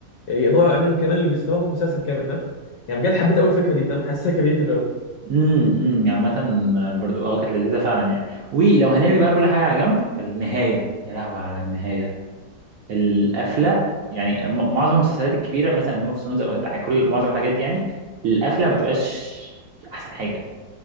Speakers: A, on the left (about 75°); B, on the right (about 65°).
A: يقدروا يعملوا كمان لجوستافو مسلسل كامل فاهم يعني بجد حبيت اول فكره دي فاهم حاسسها كريتيف قوي
B: امم امم يعني عامة برضو اه كانت لذيذة فعلا يعني ولو هنرمي بقى كل حاجة على جنب فالنهاية يا لهوي على النهاية القفلة يعني م- معظم المسلسلات الكبيرة مثلا جيم اوف ثرونز او كل معظم الحاجات دي يعني القفلة ما بتبقاش أحسن حاجة